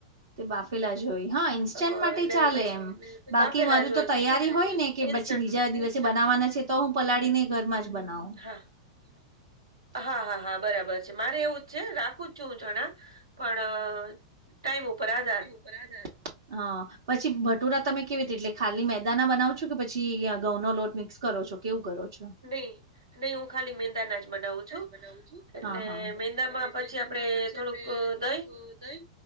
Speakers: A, on the right; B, on the right.
A: તે બાફેલા જો હોઈ હા ઇન્સ્ટન્ટ
B: અ
A: માટે
B: એટલે
A: ચાલે
B: પછી
A: એમ. બાકી
B: બાફેલા
A: મારું
B: જ હોય
A: તો તૈયારી હોય ને કે
B: ઇન્સ્ટન્ટમાં.
A: પછી બીજા દિવસે બનાવવાના છે. તો હું પલાળી ને ઘરમાં જ બનાવું
B: હા.
A: <inaudible>
B: હા હા હા બરાબર છે મારે એવું જ છે રાખું જ છું હું ચણા પણ ટાઈમ ઉપર આધાર
A: ઉપર આધાર હા પછી ભટુરા તમે કેવી રીતે એટલે ખાલી મેદાના બનાવ છો કે પછી ઘઉં નો લોટ મિક્સ કરો છો કેવું કરો છો?
B: નહી નહી હું ખાલી મેંદાના જ બનાવું છું.
A: બનાવ છું
B: એટલે
A: હા હા અને
B: મેંદામાં પછી
A: મેંદામાં પછી
B: થોડુંક
A: આપડે થોડુંક
B: દહીં
A: દહી